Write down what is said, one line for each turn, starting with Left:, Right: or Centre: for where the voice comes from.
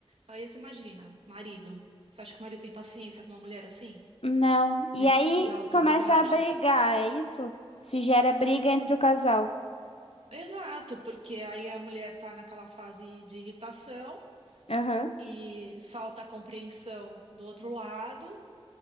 Right: Aí você imagina, marido. Você acha que o marido tem paciência com uma mulher assim?
Left: Não. E
Right: nesses
Left: aí
Right: altos
Left: começa
Right: e baixos.
Left: a brigar, é isso? Isso gera briga
Right: É Isso,
Left: entre o casal.
Right: exato, porque aí a mulher está naquela fase de irritação
Left: Aham,
Right: e falta a compreensão do outro lado,